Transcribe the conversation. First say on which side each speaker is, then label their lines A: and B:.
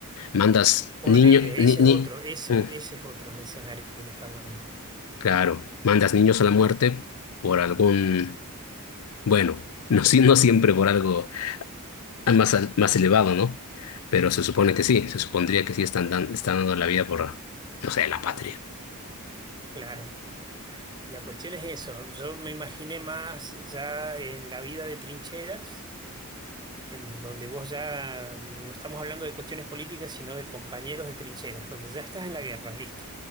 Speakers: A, on the left; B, on the right.
A: Mandas
B: Ponele,
A: niño, ni,
B: ese
A: ni-
B: es otro, ese,
A: mm,
B: ese es otro escenario que está bueno.
A: claro, mandas niños a la muerte por algún, bueno, no, si- no siempre por algo más, al- más elevado, ¿no? Pero se supone que sí, se supondría que sí están, dan- están dando la vida por, no sé, la patria.
B: Claro. La cuestión es eso, yo me imaginé más ya en la vida de trincheras, en donde vos ya no estamos hablando de cuestiones políticas, sino de compañeros de trincheras, donde ya estás en la guerra, listo,